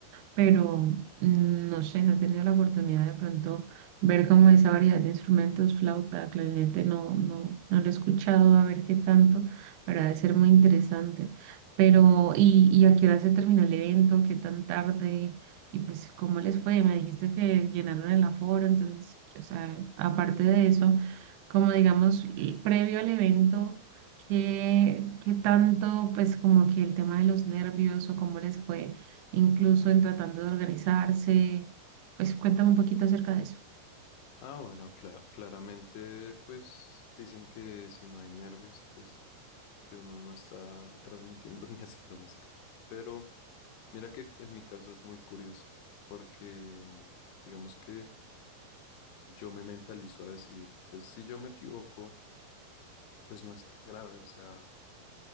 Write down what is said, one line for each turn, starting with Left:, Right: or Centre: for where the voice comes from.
Right: pero mm, no sé, no he tenido la oportunidad de pronto ver como esa variedad de instrumentos, flauta, clarinete, no, no, no lo he escuchado, a ver qué tanto, pero ha de ser muy interesante. Pero, ¿y, y a qué hora se terminó el evento? ¿Qué tan tarde? Y pues, ¿cómo les fue? Me dijiste que llenaron el aforo, entonces, o sea, aparte de eso, como digamos, l- previo al evento, ¿qué, qué tanto, pues, como que el tema de los nervios o cómo les fue? incluso en tratando de organizarse. Pues cuéntame un poquito acerca de eso.
Left: Ah, bueno, cla- claramente, pues dicen que si no hay nervios, pues que uno no está transmitiendo <laughs> ni haciendo música. Pero Mira que en mi caso es muy curioso, porque digamos que yo me mentalizo a decir, pues si yo me equivoco, pues no es tan grave, o sea,